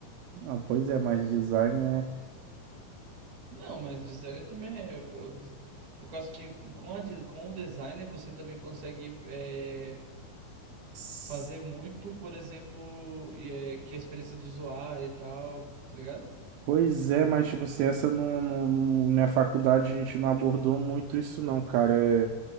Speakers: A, on the right; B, on the right.
A: Ah, pois é, mas design
B: Não, mas designer também é. eu- eu- Por causa que com, a de- com o designer você também consegue é,
A: é.
B: fazer muito, por exemplo, e, é, que é a experiência do usuário e tal, tá ligado?
A: Pois é, mas tipo, se essa não, não, não- minha faculdade a gente não abordou muito isso não, cara.